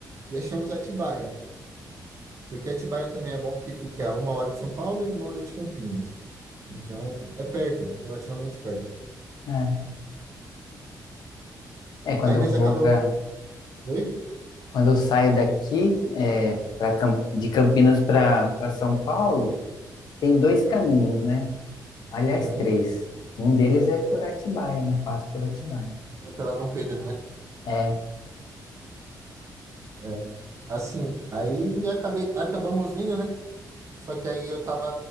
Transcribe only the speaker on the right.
e achamos Atibaia, porque Atibaia também é bom que fica a uma hora de São Paulo e uma hora de Campinas. Então é perto, relativamente perto.
Aí
nós
acabamos.
Oi?
Uhum.
É pela Dom Pedro, né?
É. Assim, aí acabei, acabamos vindo, né? Só que aí eu tava,